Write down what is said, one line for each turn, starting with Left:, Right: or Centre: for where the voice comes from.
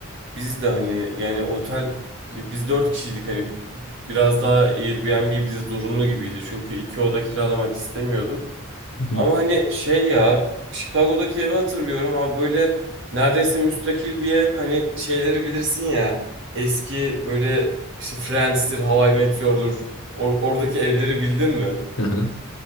Right: Biz de hani yani otel biz dört kişiydik hani biraz daha Airbnb bize zorunlu gibiydi. Çünkü iki oda kiralamak istemiyorduk.
Left: Hı hı.
Right: Ama hani şey ya Chicago'daki evi hatırlıyorum abi böyle neredeyse müstakil bir ev hani şeyleri bilirsin ya eski böyle işte Friends'tir, How I Met Your'dur Or- oradaki evleri bildin mi?
Left: Aha.